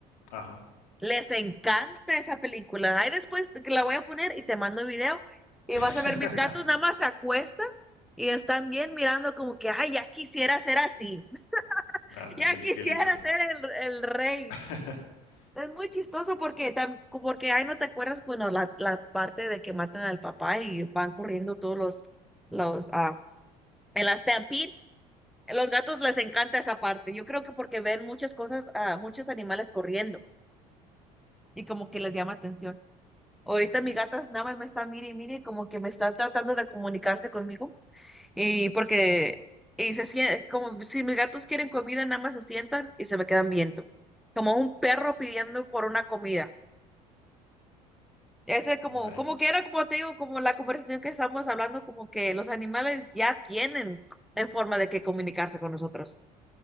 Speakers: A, on the left; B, in the centre.
A: Ajá.
B: Les encanta esa película. Ahí después te- que la voy a poner y te mando el video y
A: <laughs>
B: vas a ver mis gatos nada más se acuestan y están bien mirando como que, ay, ya quisiera ser así, <laughs>
A: Anda,
B: ya
A: qué, li-
B: quisiera
A: qué lindos.
B: ser el, el rey.
A: <laughs>
B: Es muy chistoso porque, tam- porque ahí no te acuerdas, bueno, la, la parte de que matan al papá y van corriendo todos los, los, ah, en la stampede, los gatos les encanta esa parte. Yo creo que porque ven muchas cosas, ah, muchos animales corriendo y como que les llama atención. Ahorita mi gata nada más me está mire y mire, como que me está tratando de comunicarse conmigo y porque, y se sien- como si mis gatos quieren comida, nada más se sientan y se me quedan viendo, como un perro pidiendo por una comida. Ese como,
A: Ujú. Ay,
B: como
A: no.
B: que era, como te digo, como la conversación que estamos hablando, como que los animales ya tienen en forma de que comunicarse con nosotros.